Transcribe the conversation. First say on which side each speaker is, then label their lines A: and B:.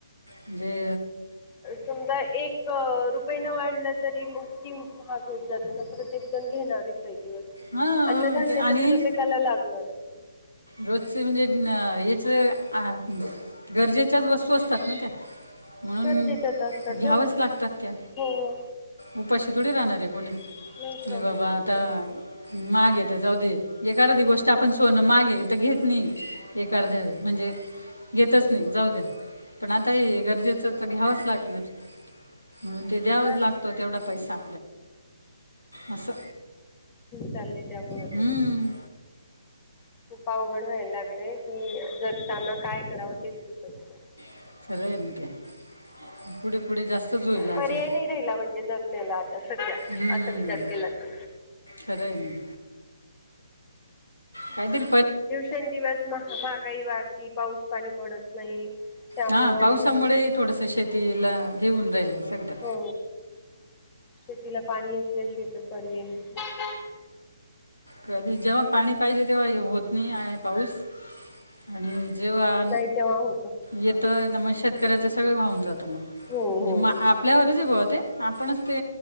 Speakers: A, on the left; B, on the left.
A: म्हणजे
B: समजा एक अं रुपये न वाढलं तरी मग किती महाग होत जात ना प्रत्येक जण घेणारे हाय ती वस्तू
A: हां
B: अन्नधान्य
A: ते आणि
B: तर प्रत्येकाला लागणारच ये.
A: रोजचे म्हणजे हेच आ गरजेच्याच वस्तू असतात ना त्या म्हणून
B: गरजेच्याच असतात
A: घ्यावंच लागतात त्या
B: हो हो
A: उपाशी थोडी राहणार ये कोणी
B: नाहीच
A: नाय
B: राहू
A: बाबा
B: शकत
A: आता
B: ना
A: महाग येत जाऊ दे ए अर्धी गोष्ट आपण सोन महागे तर घेत नाही ए अर्ध्या म्हणजे घेतच नाही जाऊ द्या पण आता हे गरजेचं तर घ्यावंच लागणार. म्हणून ते द्यावं
B: हा
A: लागतं
B: ना
A: तेवढा पैसा असं
B: चालले त्यामुळ
A: हम्म,
B: तर खूप अवघड व्हायला लागलेय. की जगताना काय करावं तेच सुतत नाही.
A: <unintelligible> पुढे पुढे जास्तच होईल अजून
B: पर्याय नाही राहिला म्हणजे जगण्याला आता सध्या
A: हम्म,
B: असा विचार केला हा
A: खरं आहे ना कायतरी.
B: दिवसेंदिवस महा महागाई वाढती पाऊस पाणी पडत नाही. त्यामुळं
A: हा पावसामुळे
B: मग
A: थोडस शेतीला घेऊन राहिल सगळं.
B: हो शेतीला पाणी असल्याशिवाय तर पर्याय नाही.
A: कधी, जेव्हा पाणी पाहिजे तेव्हा होत नाही आणि पाऊस आणि जेव्हा
B: नाही तेव्हा होतो
A: येतय ना मग शेतकऱ्याचे सगळ वाहून जात.
B: हो हो
A: मग आपल्यावरच गते आपणच ते